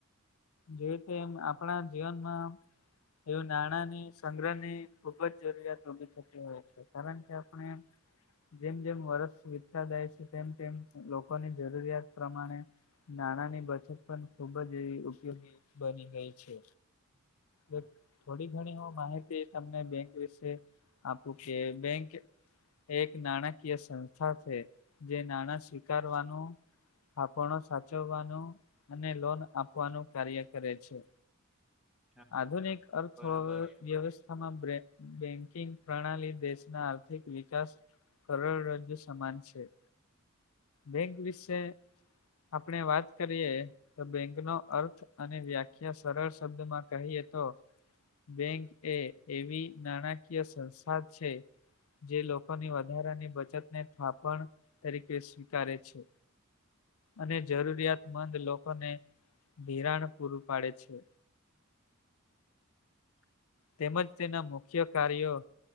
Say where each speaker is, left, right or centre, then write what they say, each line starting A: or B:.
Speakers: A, on the left; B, in the centre.
A: જોઈએ તો એમ આપણા જીવનમાં એવું નાણાંની સંગ્રહ ની ખુબ જ જરૂરિયાત ઉભી થતી હોય છે કારણ કે આપણે જેમ જેમ વર્ષ વિતતા જાય છે તેમ તેમ લોકોની જરૂરિયાત પ્રમાણે નાણાંની બચત પણ ખૂબ જ એવી ઉપયોગી બની ગઈ છે.
B: <inaudible>
A: તો થોડી ઘણી હું માહિતી તમને બેંક વિશે આપું કે બેંક એક નાણાકીય સંસ્થા છે જે નાણાં સ્વીકારવાનું થાપણો સાચવવાનું અને લોન આપવાનું કાર્ય કરે છે.
B: <inaudible>
A: આધુનિક અર્થવ્યવસ્થા
B: બરાબર
A: <unintelligible> બેંકિંગ પ્રણાલી દેશના આર્થિક વિકાસ કરોડરજ્જુ સમાન છે. બેંક વિશે આપણે વાત કરીએ. તો બેંકનો અર્થ અને વ્યાખ્યા સરળ શબ્દ માં કહીએ તો બેંક એ એવી નાણાકીય સંસ્થા છે. જે લોકોની વધારાની બચત ને થાપણ તરીકે સ્વીકારે છે અને જરૂરિયાતમંદ લોકોને ધિરાણ પૂરું પાડે છે.
B: <inaudible>
A: તેમજ તેના મુખ્ય કાર્યો